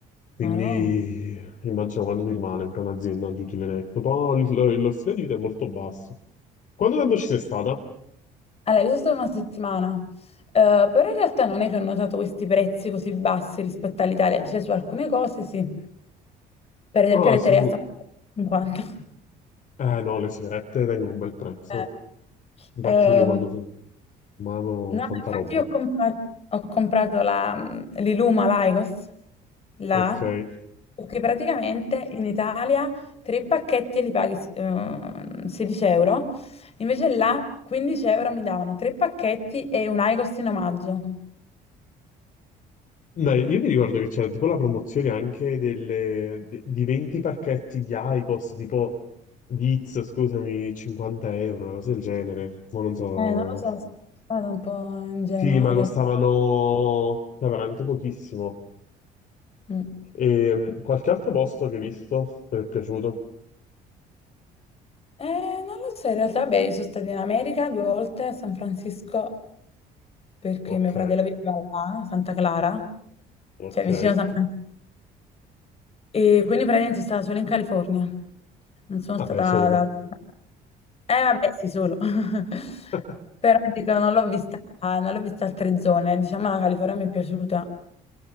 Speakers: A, on the left; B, on the left.
A: Quindi
B: Ma no.
A: immagino quanto ti rimane per un'azienda di utile netto. Poi il- il- lo stile di vita è molto basso. Quanto tempo ci sei stata?
B: Allora, io sono stata una settimana, eh, però in realtà non è che ho notato questi prezzi così bassi rispetto all'Italia, cioè su alcune cose sì, per esempio
A: Ah,
B: le
A: sicuro.
B: terre stanno a 50.
A: Eh no, le sigarette tengono un bel prezzo.
B: Eh,
A: eh. Infatti
B: ehm,
A: pure io quando fumavo
B: no,
A: tanta
B: infatti
A: roba.
B: io ho comprato, ho comprato la, mm, l'Iluma Lycos, là,
A: Ok.
B: perché praticamente in Italia tre pacchetti li paghi eh, 16 euro, invece là 15 euro mi davano tre pacchetti e un Lycos in omaggio.
A: Dai, io mi ricordo che c'era tipo la promozione anche delle, de- di 20 pacchetti di IQOS, tipo di Iz, scusami, 50 euro, una cosa del genere. Ma non so.
B: Eh, non lo so, sono stata un po' ingenua
A: Sì, ma
B: in
A: costavano
B: realtà.
A: cioè, veramente pochissimo.
B: Mm.
A: E qualche altro posto che hai visto? Che Ti è piaciuto?
B: Eh, non lo so, in realtà, beh, sono stata in America due volte a San Francisco perché
A: Ok,
B: mio fratello viveva là, a Santa Clara,
A: ok.
B: cioè vicino a San Francisco. E quindi praticamente sono stata solo in California, non sono
A: Vabbè,
B: stata
A: solo.
B: da altre parti. Eh, vabbè, sì, solo. <laughs>
A: <laughs>
B: Però dico, non l'ho vista, non l'ho vista altre zone. Diciamo, la California mi è piaciuta